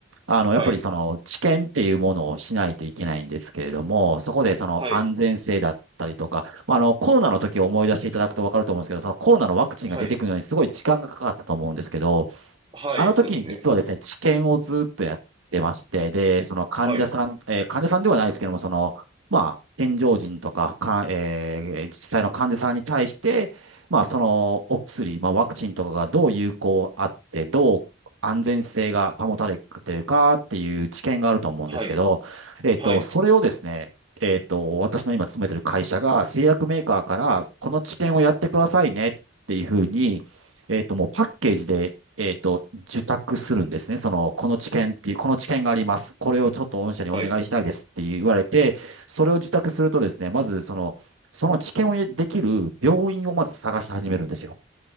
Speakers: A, on the right; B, on the right.
A: あの、やっぱりその治験っていうものをしないといけないんですけれども、
B: はい、
A: そこでその安全性だったりとか、
B: はい、
A: まあ、あの、コロナの時を思い出していただくとわかると思うんですけど、そのコロナのワクチンが出てくるのにすごい時間がかかったと思うんですけど、
B: はい、はい、
A: あの時に実はですね、
B: そうですね。
A: 治験をずっとやってまして、で、その患者さん、
B: はい、
A: えー患者さんではないですけども、その、まあ、健常人とか、か、えー実際の患者さんに対して、まあ、そのお薬、まあ、ワクチンとかがどう有効あって、どう安全性が保たれてるかっていう知見があると思うんですけど、
B: はい、
A: えっと、
B: はい、
A: それをですね、えっと、私の今勤めてる会社が製薬メーカーから、この知見をやってくださいねっていうふうに、えっと、もうパッケージで、えっと、受託するんですね。その、この知見っていう、この知見があります。これをちょっと御社にお願いしたいですって言われて、
B: はい、
A: それを受託するとですね、まずその、その知見をできる病院をまず探し始めるんですよ。